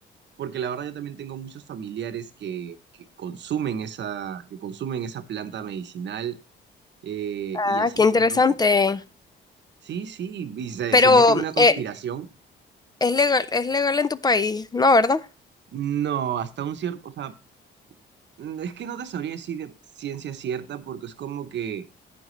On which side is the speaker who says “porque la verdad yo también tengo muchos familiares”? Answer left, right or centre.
Right